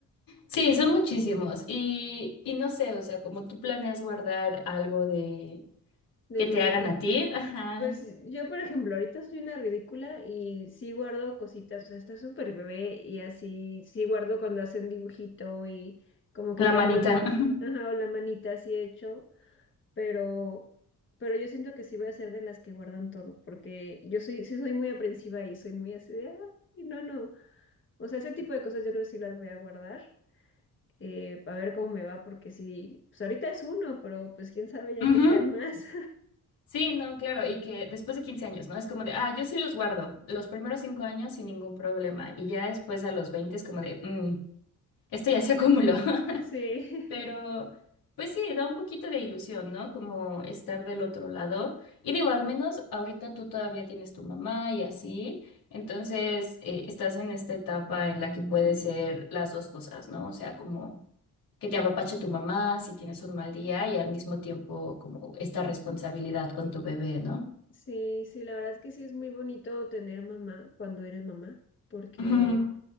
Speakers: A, on the left (about 70°); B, on the left (about 35°).
A: Sí, son muchísimos. Y, y no sé, o sea, como tú planeas guardar algo de
B: <laughs> de
A: que
B: mi
A: te
B: bebé.
A: hagan a ti, ajá,
B: Pues yo, por ejemplo, ahorita soy una ridícula y sí guardo cositas, o sea, está súper bebé y así, sí guardo cuando hacen dibujito y como que
A: la
B: queda
A: manita.
B: más, bo-
A: <laughs> Ujú.
B: ajá, o la manita así hecho, pero, pero yo siento que sí voy a ser de las que guardan todo, porque yo soy, sí soy muy aprensiva y soy muy así de, ay, no, no, o sea, ese tipo de cosas yo creo que sí las voy a guardar, eh, a ver cómo me va, porque sí, pues ahorita es uno, pero pues quién sabe ya
A: Ujú.
B: que sean más,
A: Sí, no, claro, y que después de quince años, ¿no? Es como de, ah, yo sí los guardo los primeros 5 años sin ningún problema. Y ya después a los 20 es como de, mm, esto ya se acumuló. <laughs>
B: <laughs> sí.
A: Pero, pues sí, da un poquito de ilusión, ¿no? Como estar del otro lado. Y digo, al menos ahorita tú todavía tienes tu mamá y así. Entonces, eh, estás en esta etapa en la que puede ser las dos cosas, ¿no? O sea, como que te apapache tu mamá si tienes un mal día y al mismo tiempo como esta responsabilidad con tu bebé, ¿no?
B: Sí, sí, la verdad es que sí es muy bonito tener mamá cuando eres mamá, porque
A: Ujú,